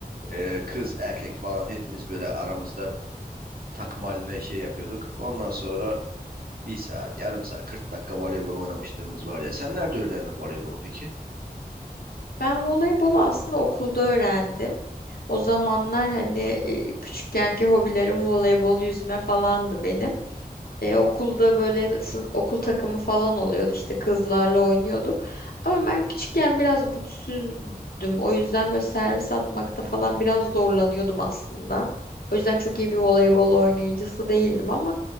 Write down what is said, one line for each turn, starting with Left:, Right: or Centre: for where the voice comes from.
Right: e, kız erkek falan hepimiz böyle aramızda takım haline şey yapıyorduk. Ondan sonra bir saat yarım saat 40 dakika voleybol oynamışlığımız var ya. Sen nerede öğrendin voleybolu peki?
Left: Ben voleybolu aslında okulda öğrendim. O zamanlar hani e, küçükkenki hobilerim voleybol, yüzme falandı benim. E, okulda böyle sın- okul takımı falan oluyordu işte kızlarla oynuyorduk. Ama ben küçükken biraz güçsüzdüm. O yüzden böyle servis atmakta falan biraz zorlanıyordum aslında. O yüzden çok iyi bir voleybol oynayıcısı değildim ama